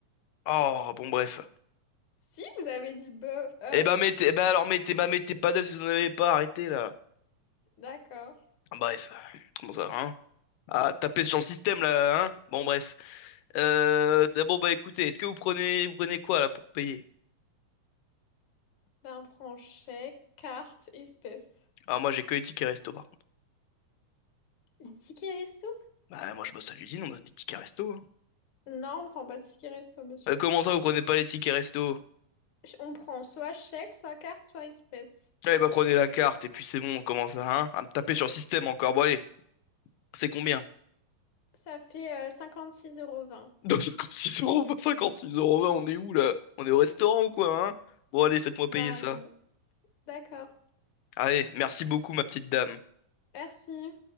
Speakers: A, on the left (about 80°); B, on the left (about 60°).
A: Oh, bon, bref.
B: Si, vous avez dit bœuf, œuf.
A: Eh bah, mettez, eh bah alors, mettez, bah, mettez pas d'œufs si vous n'en avez pas, arrêtez, là.
B: D'accord.
A: Ah, Bref. Comment ça, hein? Ah, tapez sur le système, là, hein? Bon, bref. Euh, d'abord, bah, écoutez, est-ce que vous prenez, vous prenez quoi, là, pour payer?
B: Ben, on prend chèque, carte, espèce.
A: Ah, moi, j'ai que les tickets resto, par contre.
B: Les tickets resto?
A: Bah, moi, je bosse à l'usine, on donne des tickets resto, hein.
B: Non, on prend pas de ticket resto, monsieur.
A: Euh, comment ça, vous prenez pas les tickets resto?
B: Ch- On prend soit chèque, soit carte, soit espèce.
A: Eh bah, prenez la carte, et puis c'est bon, comment ça, hein? Ah, tapez sur le système encore, bon, allez. C'est combien?
B: Ça fait euh, six euros. vingt.
A: Donc 56 euros, 56 euros, on est où là? On est au restaurant ou quoi, hein? Bon, allez, faites-moi
B: Bah
A: payer ça.
B: non. D'accord.
A: Allez, merci beaucoup, ma petite dame.
B: Merci.